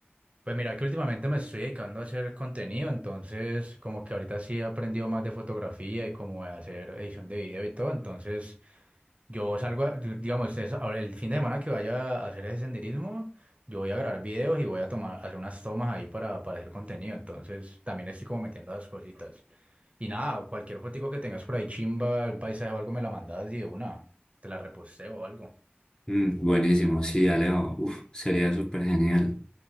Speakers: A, on the right; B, on the left.
A: Pues mira que últimamente me estoy dedicando a hacer contenido, entonces como que ahorita sí he aprendido más de fotografía y como de hacer edición de video y todo, entonces yo salgo, a- yo- digamos, es- ahora el fin de semana que vaya a hacer ese senderismo, yo voy a grabar videos y voy a tomar, hacer unas tomas ahí para, para hacer contenido, entonces también estoy como metiendo esas cositas. Y nada, cualquier fotico que tengas por ahí, chimba, un paisaje o algo, me la mandas y de una, te la reposteo o algo.
B: Mm, buenísimo, sí, Alejo. Uf, sería súper genial.